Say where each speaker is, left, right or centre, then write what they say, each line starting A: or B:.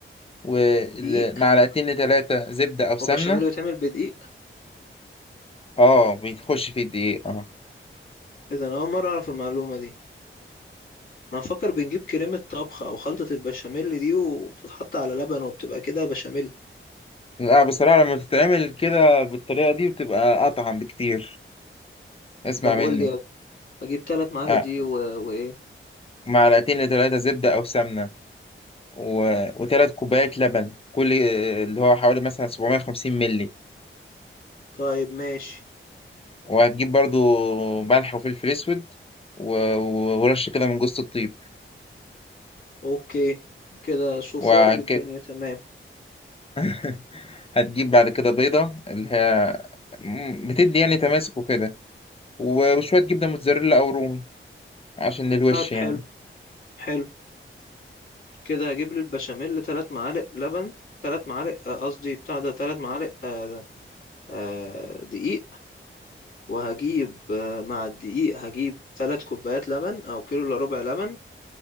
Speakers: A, on the left; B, on the left.
A: ومعلقتين
B: دقيق
A: لتلاتة زبدة أو سمنة
B: هو بشاميل بيتعمل بدقيق
A: اه بتخش في الدقيق اه
B: إذا أنا أول مرة أعرف المعلومة دي انا مفكر بنجيب كريمة طبخ او خلطة البشاميل دي وبتتحط على لبن وبتبقى كده بشاميل
A: لا بصراحة لما بتتعمل كده بالطريقة دي بتبقى أطعم بكتير اسمع
B: طب
A: مني
B: قول لي اجيب ثلاث معالق
A: آه.
B: دي و... وايه
A: معلقتين لتلاتة زبدة أو سمنة و... وتلات كوبايات لبن كل آه، اللي هو حوالي مثلا 750 ملي
B: طيب ماشي
A: وهتجيب برضو ملح وفلفل أسود و... ورش كده من جوز الطيب
B: اوكي كده صفار
A: وك...
B: الدنيا تمام
A: <laughs> هتجيب بعد كده بيضة اللي هي مم، بتدي يعني تماسك وكده و- وشوية جبنة موتزاريلا أو رومي عشان الوش
B: طيب
A: يعني
B: حلو حلو كده اجيب لي البشاميل ثلاث معالق لبن ثلاث معالق آه، قصدي بتاع ده ثلاث معالق آه، آه، دقيق وهجيب آه، مع الدقيق هجيب ثلاث كوبايات لبن او كيلو الا ربع لبن